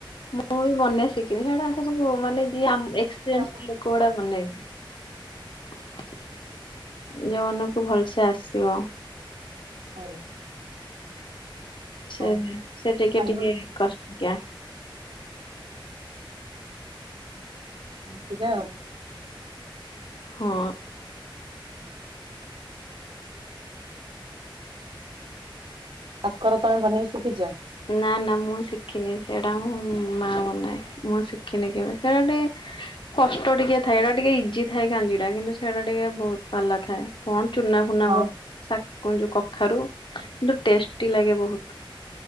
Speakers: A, on the left; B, on the right.
A: ମୁଁ ବି ବନେଇବା ଶିଖିନି ସେଇଡା ସବୁ ମାନେ ଏକ୍ସପିରିଏନ୍ସ
B: ହଉ
A: ଲୋକ ଗୁଡା ବନେଇବେ। ଯେଉଁ ମାନଙ୍କୁ ଭଲସେ ଆସିବ।
B: ହଉ।
A: ସେ
B: <unintelligible>
A: ସେ ଟିକେ
B: ଆଉ
A: ଟିକେ କଷ୍ଟିକିଆ
B: ଯିବା ଆଉ।
A: ହଁ।
B: କାକର ତମେ ବନେଇ ଶିଖିଛ?
A: ନା ନା ମୁଁ ଶିଖିନି ସେଇଟା ମୁଁ ମା ବନାଁଏ, ମୁଁ ଶିଖିନି କେବେ ସେଇଟା ଟିକେ କଷ୍ଟ ଟିକେ ଥାଏ ସେଇଟା ଟିକେ ଇଜି ଥାଏ କା ରା କିନ୍ତୁ ସେଇଟା ଟିକେ ବହୁତ ପାଲା ଥାଏ କଣ ଚୁନା ଫୁନା
B: ହଁ
A: ବନା କଣ ଯୋ କଖାରୁ କିନ୍ତୁ ଟେଷ୍ଟି ଲାଗେ ବହୁତ।